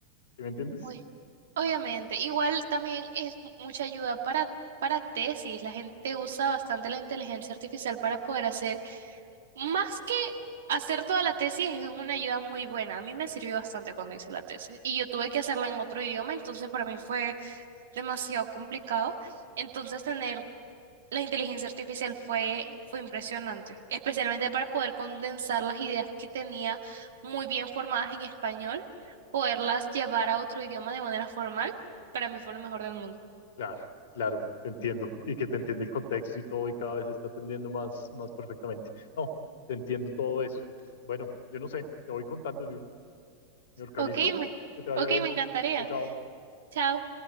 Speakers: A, on the left; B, on the right.
A: ¿Sí me entiendes?
B: Oye, Obviamente, igual también es mu- mucha ayuda para, para tesis. La gente usa bastante la inteligencia artificial para poder hacer, más que hacer toda la tesis, es una ayuda muy buena. A mí me sirvió bastante cuando hice la tesis y yo tuve que hacerla en otro idioma, entonces para mí fue demasiado complicado. Entonces, tener La inteligencia artificial fue, fue impresionante, especialmente para poder condensar las ideas que tenía muy bien formadas en español, poderlas llevar a otro idioma de manera formal, para mí fue lo mejor del mundo.
A: Claro, claro, te entiendo. Y que te entiende el contexto y todo y cada vez está atendiendo más, más perfectamente. No, te entiendo todo eso. Bueno, yo no sé, te voy contando, New York,
B: Ok,
A: ¿listo?
B: me,
A: Que te vaya
B: ok,
A: bien.
B: me encantaría.
A: Chao, chao.
B: Chao.